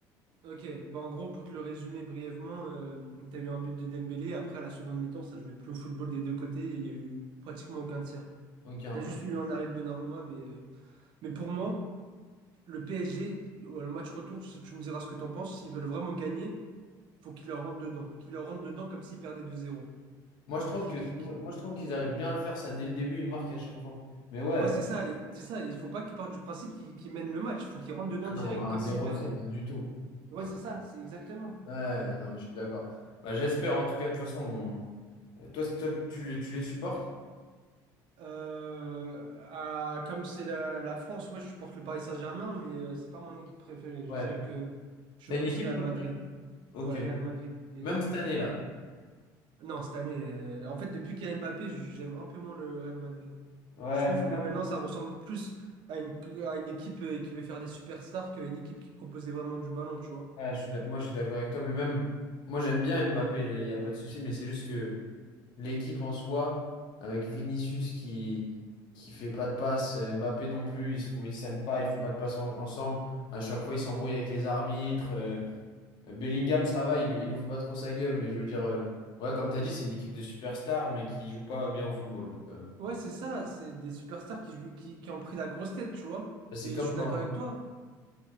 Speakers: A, on the right (about 60°); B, on the left (about 60°).
A: Ok, bah en gros, pour te le résumer brièvement, euh, t'as eu un but de Dembélé. Après, à la seconde mi-temps, ça jouait plus au football des deux côtés et il y a eu pratiquement aucun tir.
B: Ok, un
A: T'as juste
B: peu.
A: eu un arrêt de Donnarumma, mais, euh, mais pour moi, le PSG, euh, le match retour, si tu me diras ce que t'en penses, s'ils veulent vraiment gagner, faut qu'ils leur rentrent dedans. Qu'ils leur rentrent dedans comme s'ils perdaient 2-0.
B: Moi, je trouve
A: qui,
B: que,
A: qui,
B: moi,
A: qui-
B: je trouve qu'ils arrivent bien à le faire, ça, dès le début, ils marquent à chaque fois. Mais ouais.
A: Ouais, c'est ça, et- c'est ça. Il faut pas qu'il parte du principe qu'il qu'il mène le match. Il faut qu'il rentre dedans
B: Ah
A: direct,
B: non, un
A: comme
B: zéro,
A: s'il perdait.
B: c'est rien du tout.
A: Ouais,
B: Un-
A: c'est ça, c'est exactement.
B: Ouais, non, mais je suis d'accord. Bah, j'espère, en tout cas, de toute façon. on- Toi, c- toi, tu les, tu les supportes?
A: Euh, à- comme c'est la, la France, ouais, je supporte le Paris Saint-Germain, mais euh, c'est pas mon équipe préférée.
B: Ouais.
A: Je dirais que je suis
B: T'as
A: plus
B: une équipe
A: Real
B: préférée?
A: Madrid.
B: Ok.
A: Ouais, Real Madrid. Et
B: Même
A: toi?
B: cette année-là.
A: Non, cette année, euh, en fait, depuis qu'il y a Mbappé, j'aime un peu moins le Real Madrid.
B: Ouais,
A: Je trouve
B: bah moi,
A: que maintenant, ça ressemble plus à une, à une équipe euh, qui veut faire des superstars qu'à une équipe qui proposait vraiment du ballon, tu vois.
B: ouais, je suis d'ac- moi, je suis d'accord avec toi, mais même, moi, j'aime bien Mbappé, il n'y a pas de souci, mais c'est juste que. l'équipe en soi, avec Vinicius qui qui fait pas de passe, et Mbappé non plus, ils se font- ils s'aiment pas, ils font pas de passe en- ensemble. À chaque fois, ils s'embrouillent avec les arbitres. euh, Bellingham, ça va, il, il ouvre pas trop sa gueule, mais je veux dire, euh, ouais, comme tu as dit, c'est une équipe de superstars, mais qui joue pas bien au football. Donc, euh,
A: Ouais, c'est ça, c'est des superstars qui, qui, qui ont pris la grosse tête, tu vois.
B: Ouais, c'est
A: Et
B: comme
A: je suis
B: quand,
A: d'accord avec toi.